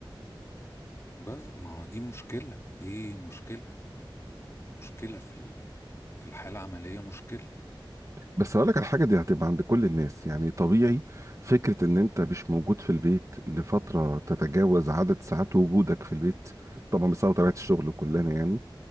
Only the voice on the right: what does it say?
بس هقول لك على حاجة دي هتبقى عند كل الناس يعني طبيعي فكرة ان انت مش موجود في البيت لفترة تتجاوز عدد ساعات وجودك في البيت طبعا بسبب طبيعة الشغل كلنا يعني